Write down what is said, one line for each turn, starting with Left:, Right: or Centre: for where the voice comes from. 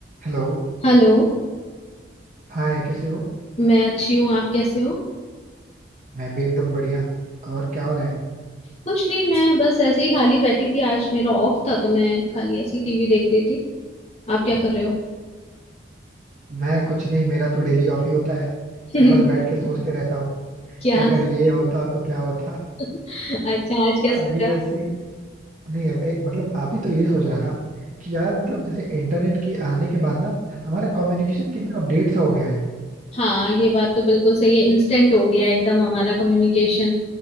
Right: Hello
Left: Hello
Right: Hi कैसे हो
Left: मैं अच्छी हूँ आप कैसे हो
Right: मैं भी एकदम बढ़िया और क्या हो रहा है
Left: कुछ नहीं मैं बस ऐसे ही खाली बैठी थी आज मेरा ऑफ था तो मैं खाली ऐसी टीवी देख रही थी आप क्या कर रहे हो
Right: मैं कुछ नहीं मेरा तो डेली ऑफ ही होता है
Left: <laughs>
Right: मैं बस बैठ के सोचते रहता हूँ
Left: क्या
Right: कि अगर
Left: सोच
Right: ये होता तो क्या होता
Left: रहे हो? अच्छा आज क्या
Right: अभी
Left: सोचा
Right: वैसे नहीं अभी मतलब अभी तो ये सोच रहा था कि यार मतलब जैसे इंटरनेट की आने के बाद ना हमारा कम्युनिकेशन कितना अपडेट सा हो गया है
Left: हाँ ये बात तो बिल्कुल सही है इंस्टेंट हो गया है एकदम हमारा कम्युनिकेशन